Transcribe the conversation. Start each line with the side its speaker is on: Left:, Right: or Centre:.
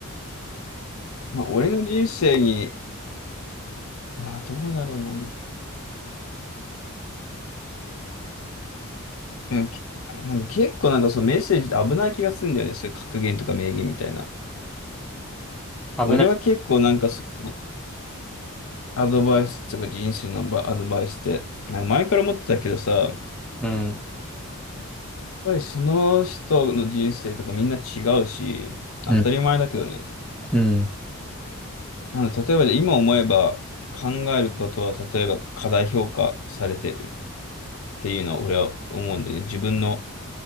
Left: う。まあ、俺の人生に、まあ、どうだろうな。うんきなんか結構なんかそのメッセージって危ない気がするんだよね。そういう格言とか名言みたいな。
Centre: 危ない。
Left: 俺は結構なんかそのアドバイスとか人生のばアドバイスって、なんか前から思ってたけどさ、やっ
Centre: うん。
Left: ぱりその人の人生とかみんな違うし、当たり前だけどね。
Centre: うん。うん。
Left: あの、例えばじゃあ今思えば考えることは例えば過大評価されてるっていうのは俺は思うんだよね。自分の